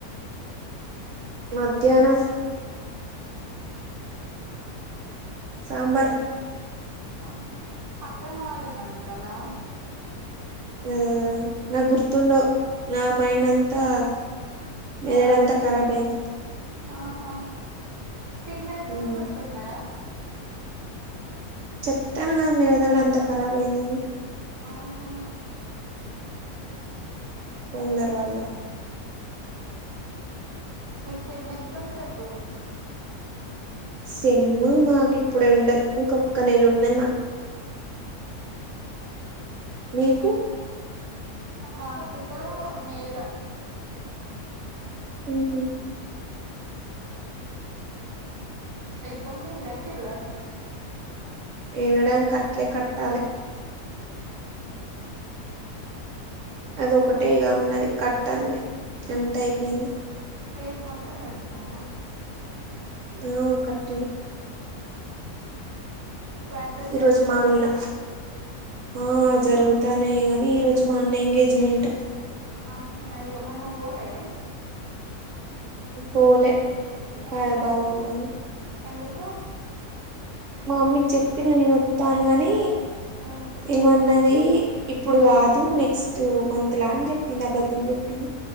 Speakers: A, on the right (about 65°); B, on the right (about 20°).
A: మధ్యాహ్నం సాంబార్
B: ఆహా పక్కన వాళ్ళనడుగుతన్నవ్
A: ఆ నాగుర్తుండవ్ నా మైడ్ అంతా
B: ఆ
A: ఏడంతా కరాబయింది
B: ఆహా తిన్నది సుత
A: ఉమ్.
B: గుర్తుండదా
A: చెప్తా లె మెదడంత కరాబయింది అని
B: ఆహా
A: కొందరివల్ల
B: మిక్ సెమ్ ఎగ్జామ్స్ ఎప్పుడు
A: సెమ్మ్ మాకిప్పుడుండయ్ ఇంకొక్క నెలున్నది మాకు మీకు
B: మాకుకొ మే లా
A: ఉమ్ హ్
B: ఎగ్జామ్స్ ఫీజ్ గట్టిల్లా
A: ఎడాంక్ కట్లే కట్టాలే అదొకటే ఇగ ఉన్నది కట్టల్నే ఎంతైపోయింది
B: ఫీజ్ మొత్తం గట్టినవా
A: ఆ కట్టి
B: క్లాసెస్
A: ఈ
B: జరుగుతాన్నయా
A: రోజు మా అన్న ఆ జరుగుతాన్నయ్ గాని ఈ రోజు మా అన్న ఎంగేజ్మెంట్
B: ఆ అయ్యే మరి నువ్ పోలె
A: పోలే అదే
B: అయ్యో ఎందుకు
A: బాధతంది
B: ఎందుకు
A: మా మమ్మీక్జెప్పిన నేనొత్తా అనీ గనీ
B: ఉమ్
A: ఏమన్నదీ ఇప్పుడు గాదు నెక్స్ట్ మంత్ లా అన్ జేప్పింది అబద్ధం జేప్పింది